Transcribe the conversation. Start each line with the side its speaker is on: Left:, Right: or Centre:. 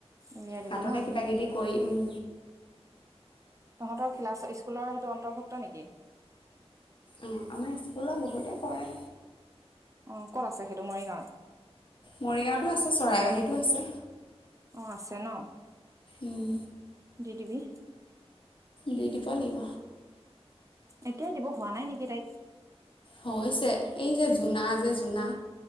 Right: উলিয়াই দিব
Left: হাততে
Right: ন
Left: কিবা কিবি কৰি উম
Right: তহঁতৰ ক্লাছ স্কুলৰ সেইটো অন্তৰ্ভুক্ত নেকি?
Left: অ', আমাৰ স্কুলৰ বহুতেই কৰে।
Right: অ', ক'ত আছে সেইটো মৰিগাঁৱত?
Left: মৰিগাঁওতো আছে চৰাইবাহীতো আছে।
Right: অ', আছে ন।
Left: উম,
Right: দিদিবি।
Left: দি দিব লাগিব।
Right: এতিয়াই দিব হোৱা নাই নেকি তাইক।
Left: হৈছে এই যে জোনা যে জোনা